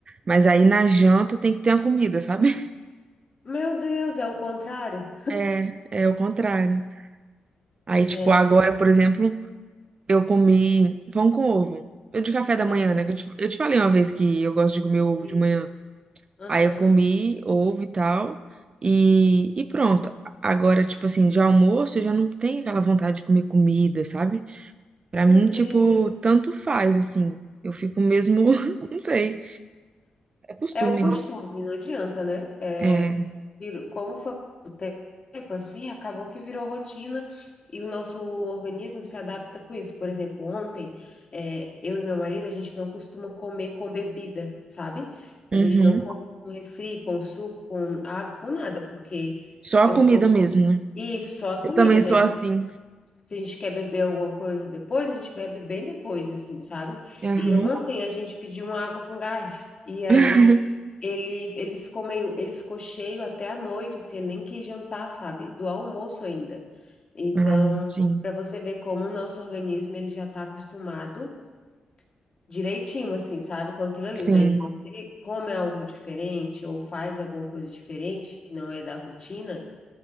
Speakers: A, on the right; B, on the left.
A: Mas aí na janta tem que ter a comida, sabe? <laughs>
B: Meu Deus, é o contrário?
A: É, é o contrário. Aí, tipo,
B: É, não.
A: agora, por exemplo, eu comi pão com ovo. Eu de café da manhã,
B: aham,
A: né? que Eu te, eu te falei uma vez que eu gosto de comer ovo
B: sim.
A: de manhã.
B: Aham.
A: Aí eu comi ovo e tal, e, e pronto. Agora, tipo assim, de almoço eu já não tenho aquela vontade de comer comida, sabe? Pra
B: Meu
A: mim, tipo,
B: Deus.
A: tanto faz, assim. Eu fico mesmo, <laughs> não sei, é costume.
B: É o costume, não adianta, né? É,
A: É,
B: virou- como foi o tempo assim, acabou que virou rotina e o nosso organismo se adapta com isso. Por exemplo, ontem, é, eu e meu marido, a gente não costuma comer com bebida, sabe? A
A: uhum.
B: gente não come com refri, com suco, com água, com nada, porque
A: Só a
B: eu,
A: comida
B: eu-
A: mesmo, né?
B: isso, só a
A: Eu
B: comida
A: também sou
B: daí.
A: assim.
B: Se a gente quer beber alguma coisa depois, a gente bebe bem depois, assim, sabe?
A: Aham.
B: E ontem a gente pediu uma água com gás. E aí
A: <laughs>
B: ele, ele ficou meio, ele ficou cheio até a noite, assim, ele nem quis jantar, sabe? Do almoço ainda. Então,
A: Ah, sim,
B: para você ver como o nosso organismo ele já está acostumado direitinho, assim, sabe? Com aquilo ali.
A: sim,
B: Daí, se você come algo diferente ou faz alguma coisa diferente que não é da rotina